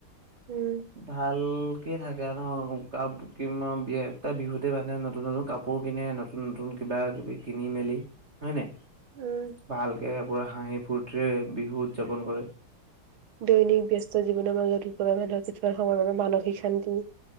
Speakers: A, on the right; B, on the right.
A: উম
B: ভাল কে থাকে ন। কাপ কিমান বিয়া বিহুতে বান্ধে নতুন নতুন কাপোৰ কিনে। নতুন নতুন কিবা কিবি কিনি মেলি হয় নাই?
A: উম
B: ভালকে পুৰা হাঁহি ফূৰ্তিৰে বিহু উদযাপন কৰে।
A: দৈনিক ব্যস্ত জীৱনৰ মাজত কি মানুহৰ কিছুমান সময় বাবে মানসিক শান্তি।